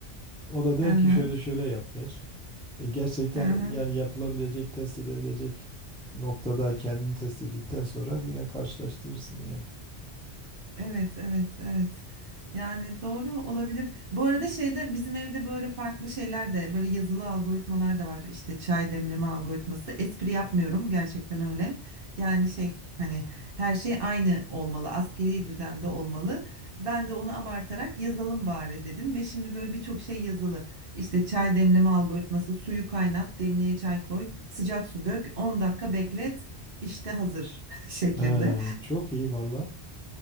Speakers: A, in the centre; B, on the right (about 55°).
A: O da der
B: Hı hı.
A: ki şöyle şöyle yap der. E gerçekten
B: Hı hı.
A: yani yapılabilecek, test edebilecek noktada kendini test ettikten sonra yine karşılaştırırsın yani.
B: Evet, evet, evet. Yani doğru olabilir. Bu arada şeyde bizim evde böyle farklı şeyler de böyle yazılı algoritmalar da var. İşte çay demleme algoritması. Espri yapmıyorum gerçekten öyle. Yani şey hani her şey aynı olmalı, askeri düzende olmalı. Ben de onu abartarak yazalım bari dedim ve şimdi böyle birçok şey yazılı. İşte çay demleme algoritması, suyu kaynat, demliğe çay koy, sıcak su dök, 10 dakika beklet, işte hazır <laughs> şeklinde.
A: Ee, çok iyi valla.